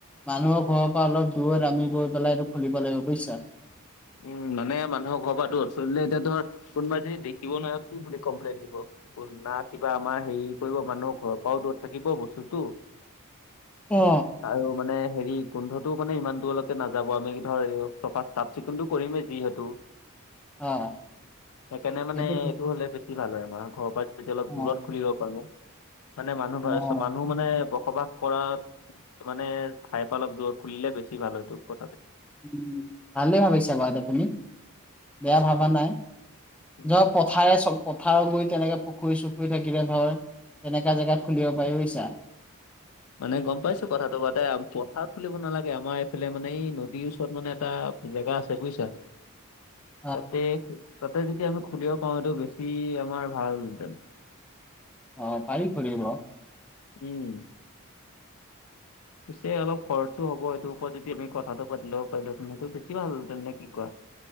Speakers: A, in the centre; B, on the left.
A: মানুহৰ ঘৰৰ পৰা অলপ দূৰ আমি গৈ পেলাই এইটো খুলিব লাগিব বুজিছা।
B: উম মানে মানুহক ঘপা দূৰত খুলিলে এতিয়া ধৰ কোনোবা যদি দেখিব নৱাৰিব কি বুলি কমপ্লেইন দিব। তুলনা কিবা আমাৰ হেৰি কৰিব মানুহ ঘৰৰ পৰাও দূৰত থাকিব বস্তুতটো।
A: অ।
B: আৰু মানে হেৰি গোন্ধটোও মানে ইমান দূৰলৈকে নাযাব আমি ধৰ চফা চাত। চিকুনটো কৰিমেই যিহেতু
A: অ
B: সেইকাৰণে মানে
A: সেইটো ঠিক
B: এইটো হলে বেছ- বেছি ভাল হয় আমাৰ ঘৰৰ পৰা যদি অলপ
A: অ
B: দূৰত খুলিব পাৰো মানে মানুহ
A: অ
B: ভা চমান নুহ মানে বসবাস কৰাত মানে ঠাইৰ পৰা অলপ দূৰত খুলিলে বেছি ভাল হয়টো কথাটো।
A: উ ভালে ভাবিছা বা তুমি। বেয়া ভাবা নাই।
B: উম,
A: ধ পথাৰে চ- পথাৰৰ গুৰি তেনেকে পুখুৰী চুখুৰী থাকিলে ধৰ তেনেকা জেগাত খুলিব পাৰি বুইছা।
B: মানে গম পাইছো কথাটো মানে পথাৰত খুলিব নালাগে, আমাৰ এইফালে মানে এই নদীৰ ওচৰত মানে এটা। জেগা আছে বুইছা।
A: <unintelligible>
B: তাতে -তাতে যদি আমি খুলিব পাৰো সেইটো বেছি আমাৰ ভালহেঁতেন।
A: অ' পাৰি খুলিব।
B: উম। পিছে অলপ খৰচো হব সেইটো ওপৰত যদি আমি কথাটো পাতিও পাৰিলো হেতেন। সেইটো বেছি ভাল হ'ল হেতেনে নে কি কোৱা?